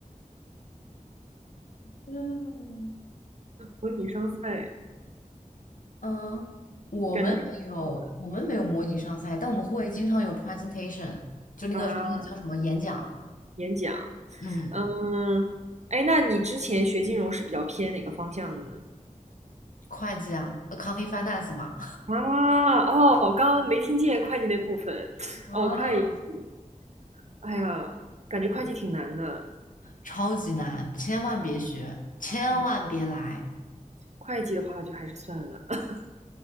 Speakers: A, on the left; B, on the right.
A: 嗯。
B: 模拟商赛
A: 嗯，我们没有，
B: 感觉还挺好的
A: 我们没有模拟上赛，但我们会经常有 presentation，就那个那个叫什么演讲，
B: 啊，演讲，
A: 嗯，
B: 嗯，哎，那你之前学金融是比较偏哪个方向的呢？
A: 会计啊，accounting finance 嘛，
B: 啊，哦，刚刚没听见会计那部分，
A: <laughs> 啊，
B: 哦，会计，哎呀，感觉会计挺难的，
A: 超级难，千万别学，千万别来。
B: 嗯，会计的话就还是算了。<laughs>